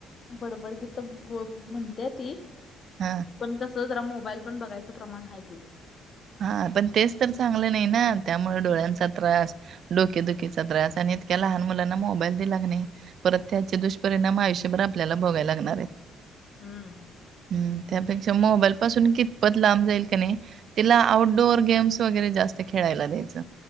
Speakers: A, on the left (about 50°); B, on the right (about 60°).
A: बडबडगी बो म्हणत्या ती.
B: हा.
A: पण कस जरा मोबाईल पण बघायचं प्रमाण आहे तिज.
B: हा पण तेच तर चांगलं नाही ना त्यामुळे डोळ्यांचा
A: हम्म
B: त्रास. डोकेदुखीचा त्रास आणि इतक्या लहान मुलांना मोबाईल दिलाग नाही परत त्याचे दुष परिणाम आयुष्यभर आपल्याला भोगावे लागणार आहे.
A: हम्म
B: हम्म त्यापेक्षा मोबाईल पासून कितपत लांब जाईल का नाही तिला आउटडोअर गेम्स वगैरे जास्त खेळायला द्यायच.